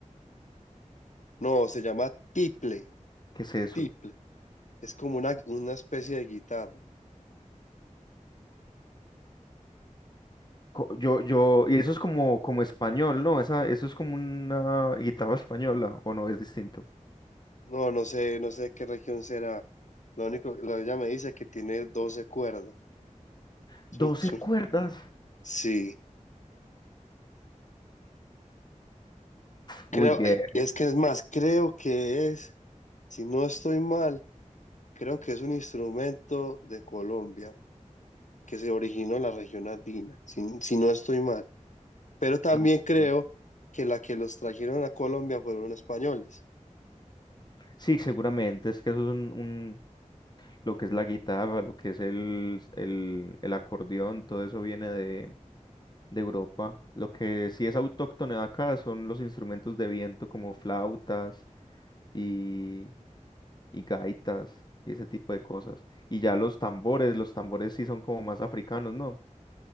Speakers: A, on the left; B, on the left.
A: No, se llama tiple,
B: ¿Qué es eso?
A: tiple. Es como una, una especie de guitarra.
B: Co- Yo, yo, y eso es como, como español, ¿no? Esa, eso es como una guitarra española, ¿o no? Es distinto.
A: No, no sé, no sé de qué región será. Lo único, lo- ella me dice que tiene 12 cuerdas.
B: doce
A: Es un- es
B: cuerdas.
A: un- sí,
B: Uy,
A: creo,
B: bien.
A: ay, es que es más, creo que es, si no estoy mal, creo que es un instrumento de Colombia que se originó en la región andina, si, si no estoy mal. pero también
B: No
A: creo
B: sé.
A: que la que los trajeron a Colombia fueron españoles.
B: Sí, seguramente. Es que eso es un, un- lo que es la guitarra, lo que es el, el, el acordeón, todo eso viene de, de Europa. Lo que sí es autóctono de acá son los instrumentos de viento como flautas y, y gaitas y ese tipo de cosas. Y ya los tambores, los tambores sí son como más africanos, ¿no?